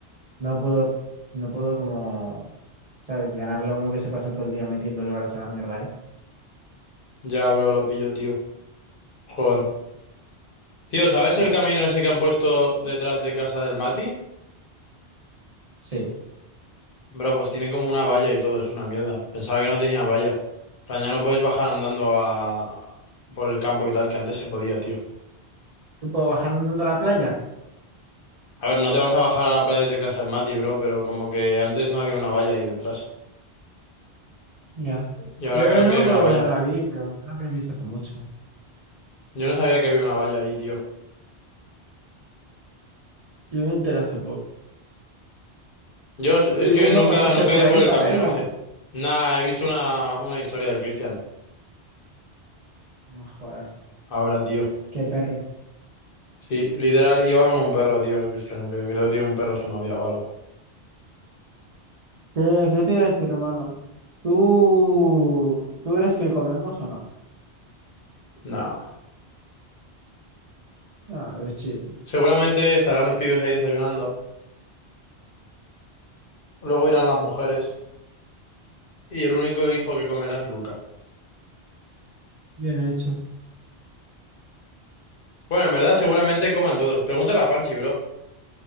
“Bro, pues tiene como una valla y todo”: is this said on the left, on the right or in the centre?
Left